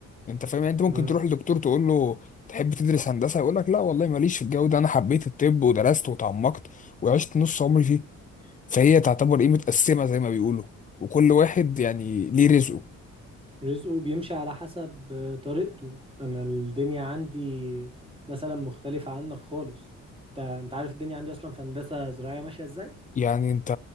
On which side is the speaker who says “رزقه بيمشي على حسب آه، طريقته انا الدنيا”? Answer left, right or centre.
Right